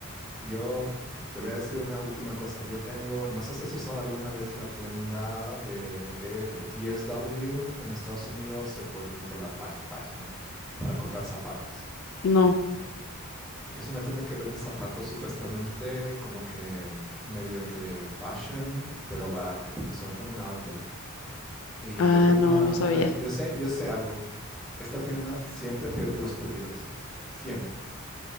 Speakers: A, in the centre; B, on the left.
A: Yo te voy a decir una última cosa. Yo tengo, no sé si has usado alguna vez la tienda de, de DSW en Estados Unidos o por, por la plagi- página para comprar zapatos.
B: No,
A: Es una tienda que vende zapatos supuestamente como que medio que fashion, pero barato, porque son como un outlet. Y
B: ah,
A: yo tengo
B: no,
A: una,
B: no sabía.
A: una, yo sé, yo sé algo. Esta tienda siempre pierde los pedidos. Siempre.